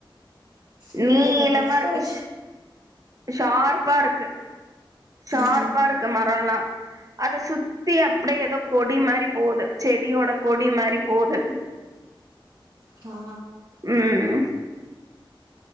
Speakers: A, on the right; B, on the right.
A: ஓஹோ
B: நீளமா
A: எக்ஸபடிஷ்
B: இருக்கு ஷார்ப்பா இருக்கு ஷார்ப்பா
A: ம்
B: இருக்கு மரோல்லா அத சுத்தி அப்டியே ஏதோ கொடி மாரி போது செடியோட கொடி மாரி போது
A: ஹா
B: ம்